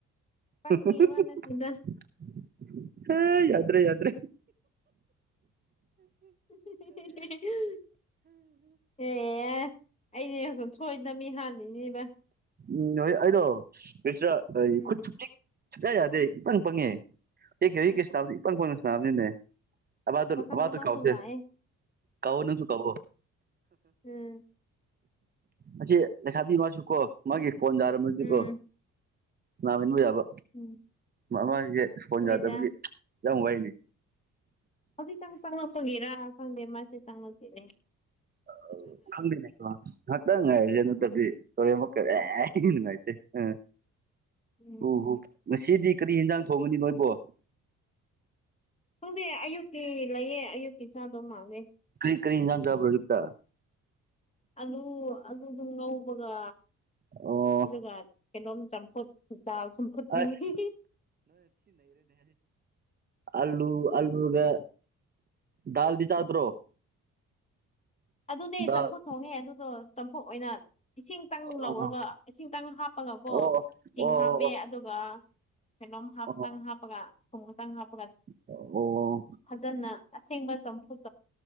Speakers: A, on the left; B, on the right.
A: ꯄꯪꯕꯒꯤ
B: <unintelligible>
A: ꯋꯥ ꯅꯠꯇꯦꯗ
B: ꯍꯥ ꯌꯥꯗ꯭ꯔꯦ ꯌꯥꯗ꯭ꯔ°
A: <unintelligible> ꯑꯦ ꯑꯩꯗꯤ ꯁꯣꯏꯗꯅ ꯃꯤ ꯍꯥꯟꯅꯤꯅꯦꯕ
B: ꯎꯝ ꯅꯣꯏ ꯑꯩꯗꯣ <unintelligible>
A: ꯎꯝ
B: ꯈꯨꯠꯁꯨ ꯆꯤꯛ ꯁꯨꯛ ꯌꯥ ꯌꯥꯗꯦ ꯏꯄꯪ ꯄꯪꯉꯦ <unintelligible> ꯁꯥꯅꯕ ꯏꯄꯪ ꯄꯪꯅ ꯁꯥꯅꯕ ꯅꯤꯅꯦ꯫ ꯑꯃꯗꯨ
A: ꯑꯁ ꯄꯥꯈꯪ
B: ꯑꯃꯗꯨ
A: ꯑꯃꯁꯨ
B: ꯀꯧꯎꯁꯦ
A: ꯂꯥꯛꯑꯦ
B: ꯀꯧꯑꯣ ꯅꯪ ꯁꯨ ꯀꯧꯑꯣ꯫
A: ꯎꯝ
B: ꯑꯁꯤ ꯂꯩꯁꯥꯕꯤ ꯃꯥꯁꯨ ꯀꯣ ꯃꯥꯒꯤ ꯐꯣꯟ ꯌꯔꯝꯃꯗꯤ
A: ꯎꯝ
B: ꯀꯣ ꯅꯥꯍꯟꯕ ꯌꯥꯕ
A: ꯎꯝ
B: ꯃꯥ ꯃꯥꯒꯤ ꯐꯣꯟ
A: ꯍꯣꯏꯗ
B: ꯌꯥꯗꯕꯒꯤ ꯌꯥꯝ ꯋꯥꯏꯅꯦ
A: ꯍꯧꯖꯤꯛꯇꯪ ꯆꯉꯛꯄꯒꯤꯔꯥ ꯈꯪꯗꯦ ꯃꯥꯁꯦ ꯆꯥꯡꯉꯛꯇꯦꯅꯦ꯫
B: <unintelligible> ꯉꯍꯥꯛꯇꯪ ꯉꯥꯏꯑꯁꯦ ꯅꯠꯇꯗꯤ ꯍꯣꯔꯦꯟ ꯑꯃꯨꯛꯀ ꯑꯦ ꯅꯨꯡꯉꯥꯏꯇꯦ ꯑ
A: ꯎꯝ
B: ꯎ ꯍꯨ ꯉꯁꯤꯗꯤ ꯀꯔꯤ ꯌꯦꯟꯖꯥꯡ ꯊꯣꯡꯉꯅꯤ ꯅꯣꯏꯕꯣ?
A: ꯈꯪꯗꯦ ꯑꯌꯨꯛꯀꯤ ꯂꯩꯌꯦ ꯑꯌꯨꯛꯀꯤ ꯆꯥꯗꯧ ꯃꯥꯜꯂꯦ꯫
B: ꯀ꯭ꯔꯤ ꯀꯔꯤ ꯌꯦꯅꯥꯥꯡ ꯆꯕ꯭ꯔ ꯌꯨꯛꯇ?
A: ꯑꯂꯨ ꯑꯂꯨꯗꯨ ꯉꯧꯕꯒ
B: ꯑꯣ
A: ꯑꯗꯨꯒ ꯀꯩꯅꯣꯝ ꯆꯝꯐꯨꯠ ꯗꯥꯜ ꯆꯝꯐꯨꯠ ꯊꯣꯡꯉꯦ
B: ꯑꯁ ꯑꯂꯨꯥ ꯑꯥꯂꯨꯒ ꯗꯥꯜꯗꯤ ꯆꯥꯗ꯭ꯔꯣ?
A: ꯑꯗꯨꯅꯦ
B: ꯗꯥꯜ
A: ꯆꯝꯐꯨꯠ ꯊꯣꯡꯉꯦ ꯑꯗꯨꯗꯣ ꯆꯝꯐꯨꯠ ꯑꯣꯏꯅ ꯏꯁꯤꯡꯇꯪ ꯂꯧꯔꯒ
B: ꯑꯣ
A: ꯏꯁꯤꯡꯇꯪ ꯍꯥꯞꯄꯒꯀꯣ
B: ꯑꯣ
A: ꯏꯁꯤꯡ
B: ꯑꯣ
A: ꯍꯥꯞꯄꯦ ꯑꯗꯨꯒ ꯀꯩꯅꯣꯝ ꯍꯥꯞ
B: ꯑꯣ
A: ꯇꯪ ꯍꯥꯄꯒ ꯊꯨꯝ ꯈꯤꯇꯪ ꯍꯥꯞꯄꯒ
B: ꯑꯣ
A: ꯐꯖꯅ ꯑꯁꯦꯡꯕ ꯆꯥꯝꯐꯨꯠ